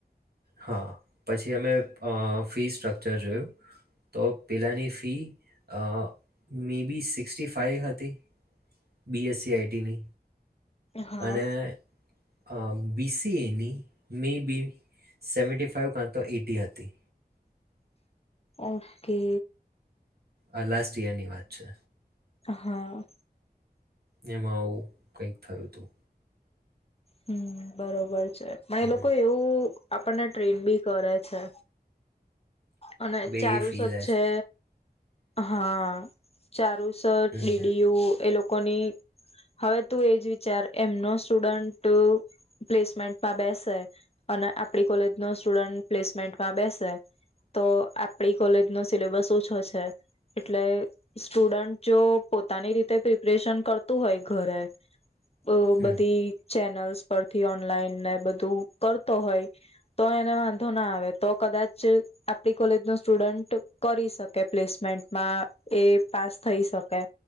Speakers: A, on the right; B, on the left.
A: હા પછી અમે અહ ફી સ્ટ્રક્ચર જોયું, તો પેલાંની ફી અહ મેબી સિક્સટી ફાઇવ હતી, બી એસ સી આઈ ટીની.
B: હા
A: અને અહ બી સી એ ની મેબી સેવન્ટી ફાઈવ કાં તો એઈટી હતી.
B: ઓકે.
A: આ લાસ્ટ યરની વાત છે.
B: હા.
A: એમાં આવું કંઈક થયું તું.
B: હમ્મ બરોબર. ચે પણ
A: હમ
B: એ લોકો એવું આપણને ટ્રેન બી કરે છે. અને
A: બે
B: ચારૂસ
A: એ ફીલ
B: જ છે હા ચારું સ
A: હમ
B: ડી ડી યુ એ લોક કોની હવે તું એજ વિચાર એમનો સ્ટુડન્ટ પ્લેસમેન્ટમાં બેસે અને આપડી કોલેજ નો સ્ટુડન્ટ પ્લેસમેન્ટમાં બેસે તો આપણી કોલેજ નો સિલેબસ ઓછો છે, એટલે સ્ટુડન્ટ જો પોતાની રીતે પ્રિપરેશન કરતું હોય ઘરે તો
A: હમ
B: બધી ચેનલ્સ પરથી, ઓનલાઈનને બધું કરતો હોય તો એને વાંધો ના આવે, તો કદાચ આપ ણી કોલેજનો સ્ટુડન્ટ કરી શકે પ્લેસમેન્ટમાં એ પાસ થઈ શકે,